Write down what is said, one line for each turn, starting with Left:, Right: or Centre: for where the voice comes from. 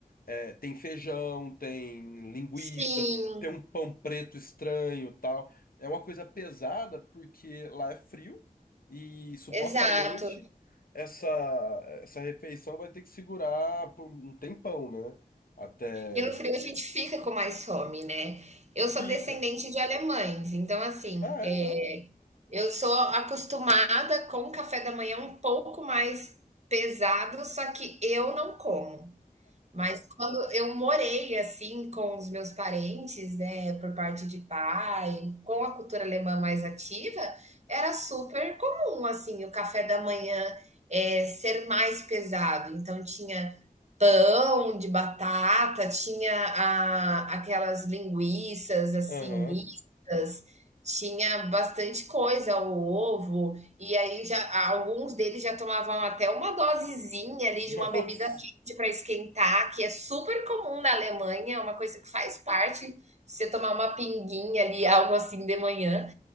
Left: É, tem feijão, tem linguiça,
Right: Sim,
Left: tem um pão preto estranho, tal. É uma coisa pesada porque lá é frio e supostamente
Right: exato.
Left: essa essa refeição vai ter que segurar por um tempão, né? Até
Right: E no frio a gente fica com mais fome, né? Eu
Left: fica.
Right: sou descendente de alemães, então assim,
Left: Ah,
Right: eh,
Left: é?
Right: eu sou acostumada com o café da manhã um pouco mais pesado, só que eu não como. Mas quando eu morei, assim, com os meus parentes, né, por parte de pai, com a cultura alemã mais ativa, era super comum, assim, o café da manhã, é ser mais pesado. Então tinha pão de batata, tinha a, aquelas linguiças assim
Left: Aham.
Right: mistas, tinha bastante coisa, o ovo, e aí já alguns deles já tomavam até uma dosezinha ali
Left: <laughs> Nossa.
Right: de uma bebida quente para esquentar, que é super comum na Alemanha, é uma coisa que faz parte, você tomar uma pinguinha ali, algo assim de manhã.